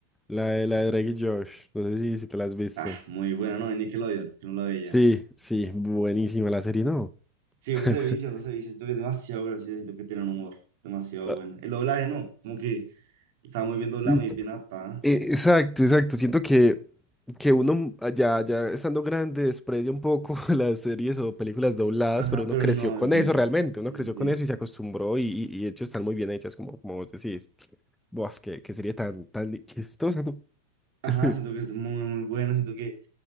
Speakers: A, in the centre; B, on the right.
A: La de, la de Drake y Josh. No sé si, si te la has visto.
B: Ah, muy buena, ¿no? De Nickelodeon, que no la veía.
A: Sí, sí, buenísima la serie, ¿no?
B: Sí,
A: <laughs>
B: uno se vicia, uno se vicia, siento que es demasiado gracioso, siento que tiene un humor demasiado
A: Ah,
B: bueno. El doblaje, no, como que estaba muy bien doblado,
A: Sí.
B: muy bien adaptada.
A: Eh, Exacto, exacto. Siento que que uno mm, ya, ya estando grande desprecia un poco <laughs> las series o películas dobladas,
B: Ajá,
A: pero uno
B: pero
A: creció
B: no,
A: con
B: es muy...
A: eso realmente, uno
B: Sí,
A: creció
B: sí.
A: con eso
B: sí.
A: y se acostumbró y, y, y de hecho están muy bien hechas, como, como vos decís. Buah, qué, qué serie tan, tan chistosa, ¿no?
B: Ajá,
A: <laughs>
B: siento que es muy, muy bueno, siento que